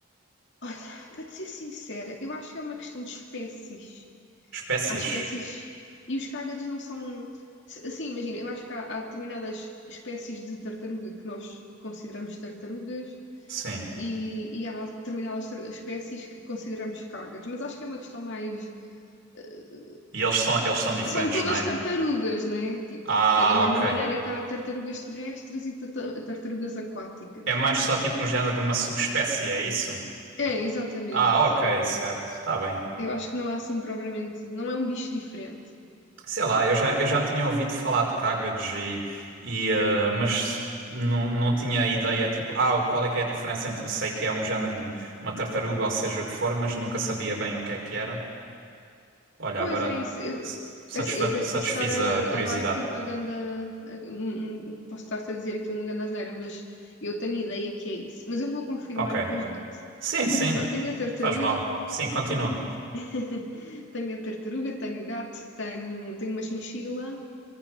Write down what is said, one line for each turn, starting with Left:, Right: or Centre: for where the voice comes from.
Left: Olha, <laughs> para te ser sincera, eu acho que é uma questão de espécies.
Right: Espécies?
Left: Há espécies. E os cágados não são. S- Sim, imagina, eu acho que há, há determinadas espécies de tartaruga que nós consideramos tartarugas
Right: Sim.
Left: e, e há determinadas tar- espécies que consideramos cágados. Mas acho que é uma questão mais. eh,
Right: E eles são, eles são diferentes,
Left: São todas
Right: não é?
Left: tartarugas, né? Tipo,
Right: Ah,
Left: é da mesma
Right: ok.
Left: maneira que há tartarugas terrestres e tata- tartarugas aquáticas.
Right: É mais só tipo um género de uma subespécie, é isso?
Left: É, exatamente.
Right: Ah, ok, certo, tá bem.
Left: Eu acho que não é assim propriamente. Não é um bicho diferente.
Right: Sei lá, eu já, eu já tinha ouvido falar de Kagged e, e, eh, mas não, não tinha ideia, tipo, ah, qual é que é a diferença entre, sei que é um género de uma tartaruga ou seja o que for, mas nunca sabia bem o que é que era. Olha,
Left: Pois
Right: agora
Left: é isso. Eu-
Right: s- satisfa
Left: Assim, eu até
Right: satisfiz
Left: te posso estar a,
Right: a curiosidade.
Left: a dar aqui uma ganda, a- um- um- posso estar-te a dizer aqui uma ganda asneira, mas eu tenho ideia que é isso. Mas eu vou confirmar
Right: Ok.
Left: e depois digo-te.
Right: Sim, sim,
Left: Mas pronto, tenho a tartaruga,
Right: faz mal. Sim, continua.
Left: <laughs> tenho a tartaruga, tenho o gato, tenho, tenho uma chinchila,